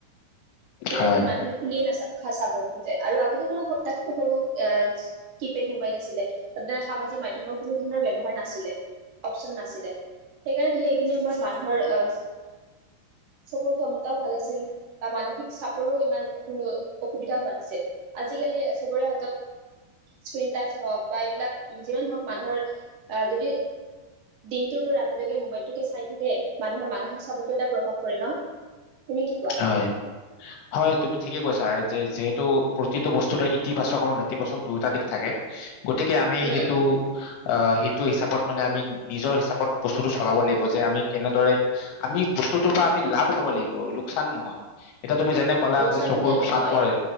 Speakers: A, on the right; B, on the left.
A: কিতাপখন
B: হয়
A: মানুহে খুলিয়ে নাচাযব আৰু আগতে ধৰা তাতকৈ সৰু আহ কিপেড মোবাইল আছিলে ত সামাজিক মাধ্যমৰ কোনো ধৰণৰ ব্যৱহাৰ নাছিলে অপচন নাছিলে সেইকাৰণেই কি হয় কি মানুহৰ অ চবৰ ক্ষমতাও ভাল আছিল মানসিক চাপৰো ইমান অসুবিধা হোৱা নাছিল আজিকালি সবৰে হাতত স্ক্ৰীন টাচ হওক বা এইবিলাক যিমান হওঁক মানুহৰ আহ যদি দিনটোৰ পৰা ৰাতিলৈকে মোবাইলটোকে চাই থাকে মানুহৰ মানসিক চাপতো এটা প্ৰভাৱ পৰে ন তুমি কি কোৱা
B: হয় হয় তুমি ঠিকে কৈছা যে টো প্ৰতিটো বস্তু ইতিবাচক আৰু নেতিবাচক দুয়োটা দিশ থাকে গতিকে আমি
A: উম
B: সেইটো অঁ সেইটো হিচাপত মানে আমি নিজৰ হিচাপত বস্তুটো চলাব লাগিব যে আমি কেনেদৰে আমি বস্তুটোৰ পৰা আমি লাভ উঠাব লাগিব লোকচান নহয় এটা তুমি যেনে ক'লা
A: লোকচান
B: যে চকুৰ
A: খিনি আমি
B: চাপ
A: হয়
B: পৰে